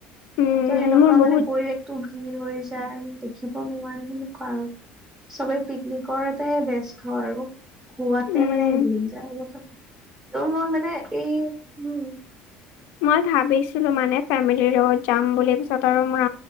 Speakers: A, on the left (about 70°); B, on the right (about 20°).
A: উম
B: ত' সেনেকুৱা
A: মোৰ বহুত
B: মানে, পৰিৱেশতটো ভিৰ হৈ যায়। দেখিব নোৱাৰি, সনেকুৱা আৰু। চবেই পিকনিকৰতে ব্যস্ত আৰু। খোৱাতে
A: উম
B: মানে, দিন যায় সিহঁতৰ। ত' মই মানে, এই, উম!
A: মই ভাবিছিলোঁ মানে, ফেমিলিৰ লগত যাম বুলি! তাতে আৰু মোৰ